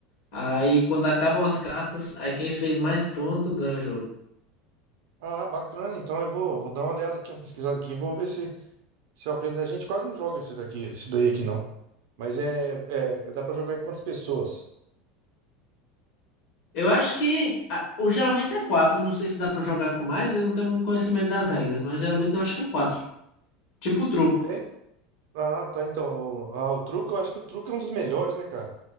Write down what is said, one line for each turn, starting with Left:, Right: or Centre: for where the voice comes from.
Left: Aí, quando acabam as cartas, aí quem fez mais ponto ganha o jogo.
Right: Ah, bacana. Então eu vou, vou dar uma olhada aqui, uma pesquisada aqui, vou ver se, Se eu aprendo, a gente quase não joga esse daqui, esse daí aqui não. Mas é, é dá pra jogar em quantas pessoas?
Left: Eu acho que ah, o geralmente é quatro. Não sei se dá pra jogar com mais. Eu não tenho muito conhecimento das regras, mas geralmente eu acho que é quatro. Tipo truco.
Right: É? Ah, tá. Então, o- ah, o truco, eu acho que o truco é um dos melhores, né, cara?